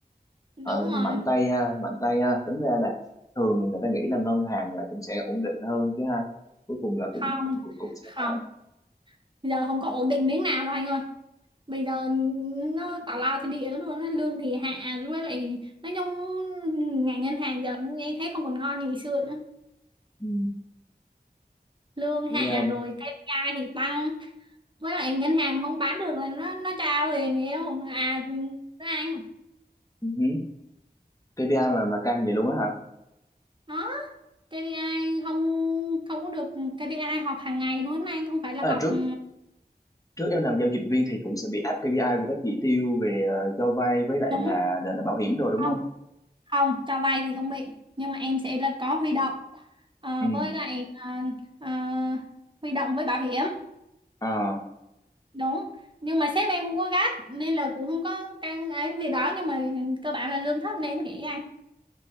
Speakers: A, on the right (about 30°); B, on the left (about 20°).
A: đúng
B: Ờ, mạnh
A: rồi
B: tay ha mạnh tay ha tính ra là thường người ta nghĩ là ngân hàng là cũng sẽ ổn định hơn chứ ha cuối cùng là
A: không
B: cũng cũng cũng sẽ
A: không
B: phải
A: giờ không có ổn định miếng nào đâu anh ơi bây giờ nó tào lao thì địa lắm luôn á, lương thì hạ với lại nói chung ngành ngân hàng giờ em thấy không còn ngon như ngày xưa nữa
B: ừ.
A: lương
B: Cái,
A: hạ
B: um,
A: rồi KPI thì tăng với lại ngân hàng mà không bán được là nó nó trao liền hiểu à nó ăn
B: ừ hứ. KPI mà mà căng vậy luôn á hả
A: đó KPI không không có được KPI họp hàng ngày luôn anh không phải là
B: à,
A: họp
B: trước
A: ừ,
B: trước em làm giao dịch viên thì cũng sẽ bị áp KPI về các chỉ tiêu về ờ, cho vay với lại
A: đúng
B: là, là là bảo hiểm rồi đúng
A: không
B: không
A: không cho vay thì không bị nhưng mà em sẽ là có huy động Ờ,
B: ừ.
A: với lại ờ, ờ, huy động với bảo hiểm
B: Ờ.
A: đúng nhưng mà sếp em không có gắt nên là cũng không có căng ấy việc đó nhưng mà cơ bản là lương thấp nên nghĩ